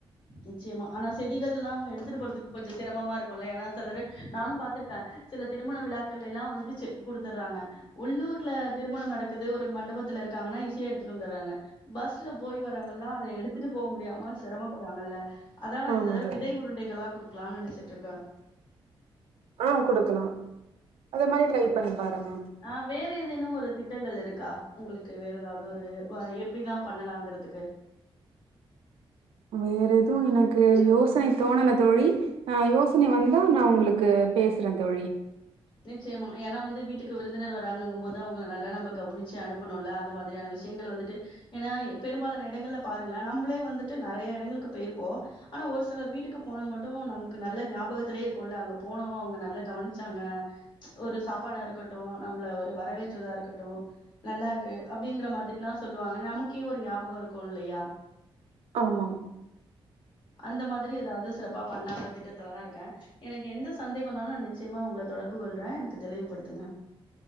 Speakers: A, on the left; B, on the right.
A: நிச்சயமா ஆனா செடிகள்லா அவுங்க எடுத்துட்டு போறதுக்கு கொஞ்சோ சிரமமா இருக்குல்ல ஏனா செலரு நானு பாத்துருக்க சில திருமண விழாக்கள்ல எல்லா வந்துட்டு செ குடுத்துர்றாங்க உள்ளூர்ல திருமணம் நடக்குது ஒரு மண்டபத்துல இருக்காங்கனா ஈசியா எடுத்துட்டு வந்துர்றாங்க பஸ்ல போயி வரவுங்கள்லா அத எடுத்துட்டு போக முடியாம செ போடுறாங்கல்ல அதா நா
B: ஆமா
A: இந்த தட
B: தோழி.
A: விதை உருண்டைகளா குடுக்கலானு நெனச்சிட்டு இருக்க
B: ஆ குடுக்கலா அத மாரி ட்ரை
A: நிச்சயமா.
B: பண்ணி பாருங்க
A: ஆ வேற ஏதேனும் ஒரு திட்டங்கள் இருக்கா உங்களுக்கு வேற எதாவது ஒரு வ எப்டிலா பண்ணலாங்கிறதுக்கு
B: வேற எதுவு எனக்கு யோசனை தோணல தோழி ஆ யோசனை வந்தா நா உங்களுக்கு பேசுற தோழி
A: நிச்சயமா ஏனா வந்து வீட்டுக்கு விருந்தினர் வராங்கங்கபோது அவுங்கள நல்ல நம்ப கவனிச்சு அனுப்பணுல்ல அந்த மாதிரியான வி ஷியங்கள வந்துட்டு ஏனா இ பெரும்பாலான இடங்கள்ல பாருங்களே நம்பளே வந்துட்டு நெறைய இடங்களுக்கு போயிருப்போ ஆனா ஒரு சிலர் வீட்டுக்கு போனது மட்டு நமக்கு நல்ல ஞாபகத்துலயே இருக்குல்ல அங்க போனவு அவுங்க நல்லா கவனிச்சாங்க ஒரு சாப்பாடா இருக்கட்டு நம்மள ஒரு வரவேற்றதா இருக்கட்டு நல்லாருக்கு அப்டிங்கிற மாதிரில்லா சொல்லுவாங்க நமக்கே ஒரு ஞாபக இருக்கு இல்லயா
B: ஆமா
A: அந்த மாதிரி எதாவது சிறப்பா பண்ணலாங்கிற திட்டத்துல தா இருக்கே எனக்கு எந்த சந்தேகனாலு நா நிச்சயமா உங்கள தொடர்பு கொள்ற எனக்கு தெளிவுபடுத்துங்க